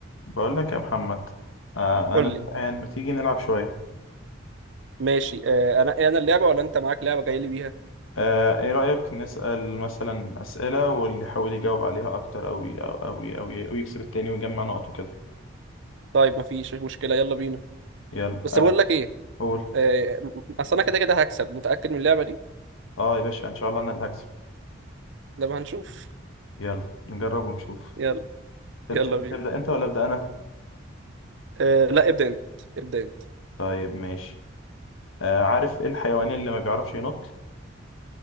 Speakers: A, on the left; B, on the right.
A: بقول لك يا محمد آه
B: قول
A: انا الآن
B: لي
A: ما تيجي نلعب شويه
B: ماشي آه انا إيه، انا اللعبه ولا انت معاك لعبه جاي لي بيها
A: آه ايه رأيك نسأل مثلا أسئلة واللي يحاول يجاوب عليها اكتر او ي- او او ي- او, ي- أو يكسب التاني ويجمع نقط وكده
B: طيب مفيش مشكله يلا بينا
A: يلا
B: بس
A: آه
B: بقول لك ايه
A: قول
B: آه م- اصل انا كده كده هكسب متاكد من اللعبه دي
A: اه يا باشا ان شاء الله انا اللي هكسب
B: لما هنشوف
A: يلا نجرب ونشوف
B: يلا
A: تب-
B: يلا
A: تحب
B: بينا
A: تبدأ انت ولا أبدأ انا
B: آه لا ابدا انت ابدا انت
A: طيب ماشي آه عارف ايه الحيوان اللي ما بيعرفش ينط